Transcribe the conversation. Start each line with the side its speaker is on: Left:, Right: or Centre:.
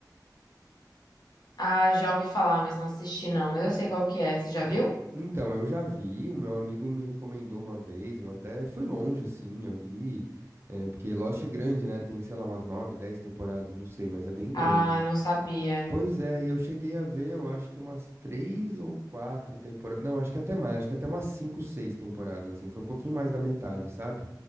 Left: Ah, já ouvi falar, mas não assisti não, mas eu sei qual que é. Você já viu?
Right: En- Então, eu já vi, o meu amigo me recomendou uma vez, eu até fui longe, assim, eu vi, eh, porque Lost é grande, né? Tem, sei lá, umas nove, dez temporadas, não sei, mas é bem grande.
Left: Ah, não sabia.
Right: Pois é, e eu cheguei a ver, eu acho que umas três ou quatro temporadas, não, acho que até mais, acho que até umas cinco, seis temporadas, assim, foi um pouquinho mais da metade, sabe?